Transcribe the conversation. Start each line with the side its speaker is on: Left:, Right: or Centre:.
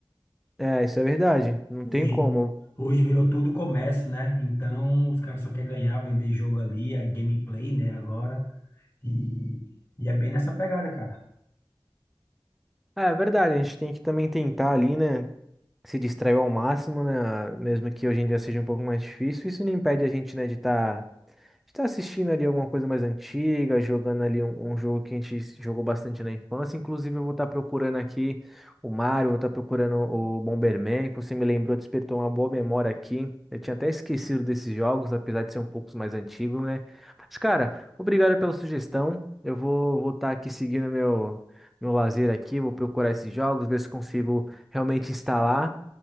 Centre: É, isso é verdade, não
Left: Hoje,
Centre: tem como.
Left: hoje virou tudo comércio, né? Então, os caras só querem ganhar, vender jogo ali, a gameplay, né? Agora. E, e é bem nessa pegada, cara.
Centre: É, é verdade, a gente tem que também tentar ali, né, se distrair ao máximo, né, mesmo que hoje em dia seja um pouco mais difícil. Isso não impede a gente, né, de estar A gente tá assistindo ali alguma coisa mais antiga, jogando ali um, um jogo que a gente jogou bastante na infância. Inclusive, eu vou estar procurando aqui o Mario, vou estar procurando o Bomberman, que você me lembrou, despertou uma boa memória aqui. Eu tinha até esquecido desses jogos, apesar de ser um pouco mais antigo, né? Mas, cara, obrigado pela sugestão. Eu vou voltar aqui seguindo meu, meu lazer aqui, vou procurar esses jogos, ver se consigo realmente instalar.